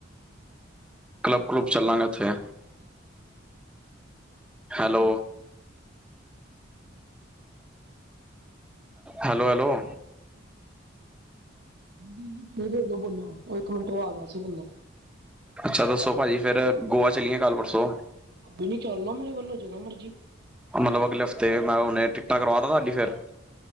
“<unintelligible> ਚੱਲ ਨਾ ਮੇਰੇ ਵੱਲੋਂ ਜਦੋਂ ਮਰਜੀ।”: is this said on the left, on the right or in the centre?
Right